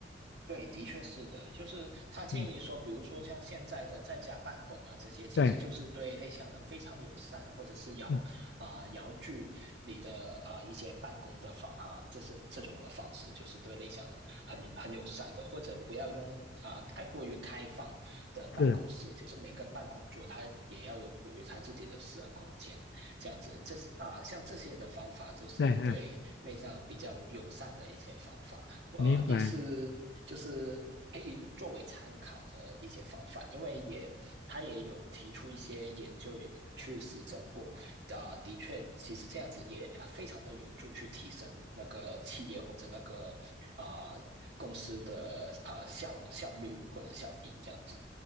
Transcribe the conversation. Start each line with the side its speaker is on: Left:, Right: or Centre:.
Right: 对，的确是的，就是他建议说，
Left: 嗯，
Right: 比如说像现在的在家办公啊，这些其实就是对内向人非常友善的，
Left: 对，
Right: 或者是遥啊、
Left: 嗯
Right: 呃遥距你的啊一些办公的方啊、呃这是这种的方式，就是对内向人很很友善的，或者不要用啊、呃太过于开放的办公室，
Left: 是，
Right: 就是每个办公桌它也要有属于它自己的私人空间，这样子，这是啊、呃像这些的方法就是对内向比较友善的一些方法。
Left: 对对，
Right: 呃，
Left: 明白
Right: 啊也是就是可以作为参考的一些方法，因为也他也有提出一些研究去实证过，啊、的确，其实这样子也非常的有助去提升那个企业或者那个啊、公司的啊效效率或者效益这样子。